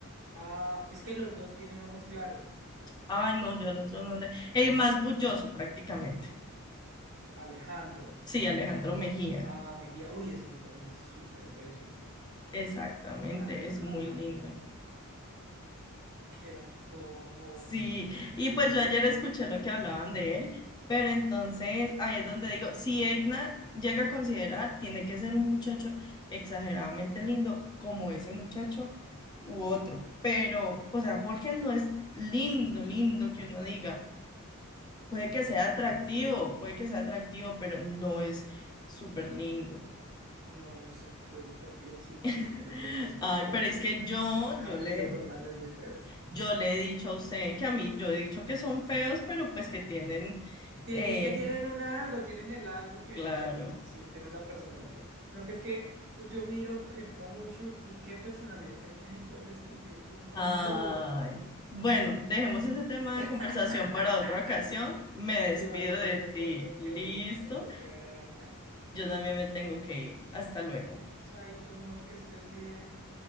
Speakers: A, on the right; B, on the left.
A: Ah, es que los dos tienen ojos claros.
B: Ay, no, yo al otro no le... El más bulloso prácticamente.
A: Alejandro.
B: Sí, Alejandro Mejía.
A: Ah, Mejía. Uy, ese man también es súper bello.
B: Exactamente,
A: Alejandro.
B: es muy
A: ah,
B: lindo.
A: Ay, no. Qué antojo.
B: Sí, y pues yo ayer escuché lo que hablaban de él, pero entonces ahí es donde digo, si Egna llega a considerar, tiene que ser un muchacho exageradamente lindo como ese muchacho u otro, pero, o sea, Jorge no es lindo, lindo que uno diga,
A: Ay,
B: puede
A: a
B: que
A: mí sí
B: sea
A: me parece.
B: atractivo, puede que sea atractivo, pero no es súper lindo.
A: No, no sé. Yo no confío en sus opiniones
B: <laughs>
A: respecto
B: Ay,
A: a
B: pero
A: belleza.
B: es que yo,
A: Está
B: yo
A: metido
B: le,
A: con manes muy feos.
B: yo le he dicho a usted que a mí, yo he dicho que son feos, pero pues que tienen...
A: Tie-
B: eh,
A: Es que tienen una algo, tienen el algo que,
B: Claro.
A: que les- sí, tienen la personalidad. No, que es que yo miro, por ejemplo, a Mushu y qué personalidad tenía ese pobre estúpido. Era una-
B: Ay.
A: un bobo.
B: Bueno, dejemos ese tema
A: <laughs>
B: de conversación para otra ocasión. Me despido
A: Sí, igual yo ya
B: de
A: me tengo
B: ti. Listo.
A: que ir, me tengo que ir a bañar.
B: Yo también me tengo que ir. Hasta luego.
A: Chaito, amor, que estés bien.